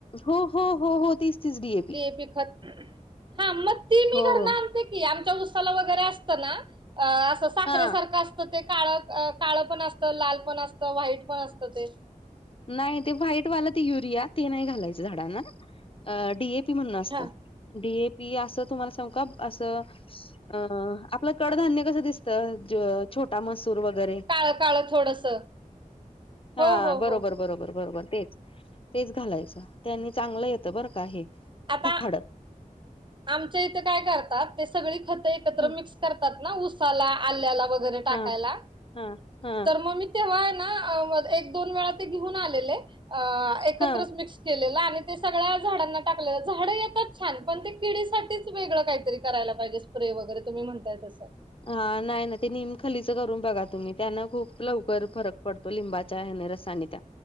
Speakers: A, on the left (about 40°); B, on the right (about 35°).
A: हो हो हो हो, तीच तीच डी. ए. पी.
B: ते पिकत हा मग ती मी
A: हो
B: घरन
A: हो
B: आणते की आमच्या उसाला वगैरे असत ना अ आसं साखरे
A: हा
B: सारखं आस त ते काळ काळ पण असतं, लाल पण असतं, व्हाईट पण असतं ते.
A: नाही. ते व्हाईटवाल ते युरिया ते नाही घालायच झाडांना डी. A P. म्हणून असतं
B: हा
A: डी. ए. पी. आस तुम्हाला सांगू का आस अ आपलं कडधान्य कस दिसत ज छोटा मस सूर वैगरे
B: काळ काळ थोडस हो
A: हा
B: हो
A: बरोबर.
B: हो
A: बरोबर बरोबर तेच तेच घालायचं त्यांनी चांगलं येत बरं का हे
B: आता
A: झाड.
B: आमच्या इथ काय करतात ते सगळी खत एकत्र
A: ह
B: मिक्स करतात ना ऊसाला, आल्याला, वै गरे टाकायला
A: हा हा हा
B: तर मग मी तेव्हा हे ना एक, दोन वेळा ते घेऊन आलेले अ एकत्रच
A: हा
B: मिक्स केलेल आणि ते सगळ्या झाडांना टाकलं. झाडं येतात छान पण ते किडीसाठीच वेगळं काहीतरी करायला पाहिजे स्प्रे वगैरे तुम्ही म्हणताय तसं.
A: हा. नाही ना ते निमखलीच करून बघा तुम्ही त्यांना खूप लवकर फरक पड तो लिंबाच्या हेन रसानी त्या